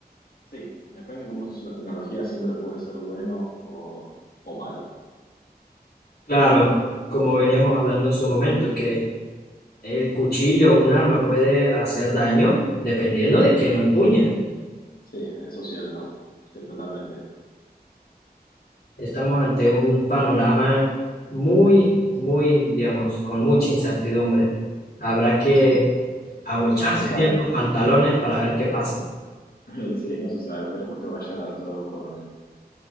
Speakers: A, on the left; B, on the left.
A: sí, depende de cómo se usa la tecnología, siempre puede ser bueno o, o malo.
B: Claro, como veníamos hablando en su momento, que el cuchillo o un arma puede hacer daño dependiendo de quién lo empuña.
A: Sí, eso es cierto. Sí, totalmente.
B: Estamos ante un panorama muy, muy, digamos, con mucha incertidumbre. Habrá que
A: Sí,
B: abrocharse
A: no se sabe.
B: bien los pantalones para ver qué pasa.
A: <laughs> Sí, no se sabe. Esperemos que vaya todo con,